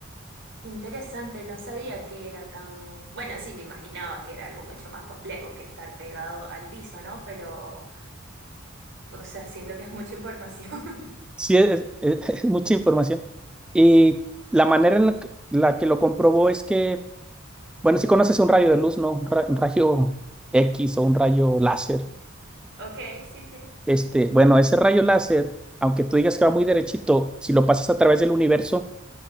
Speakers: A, on the right; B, in the centre.
A: Interesante, no sabía que era tan... Bueno, sí, me imaginaba que era algo mucho más complejo que estar pegado al piso, ¿no? Pero, o sea, siento que es mucha información. <laughs>
B: Sí, es, es- <laughs> es mucha información. Y la manera en la que, la que lo comprobó es que, bueno, si conoces un rayo de luz, ¿no? Un, ra- un rayo X o un rayo láser.
A: Ok, sí, sí.
B: Este, bueno, ese rayo láser, aunque tú digas que va muy derechito, si lo pasas a través del universo,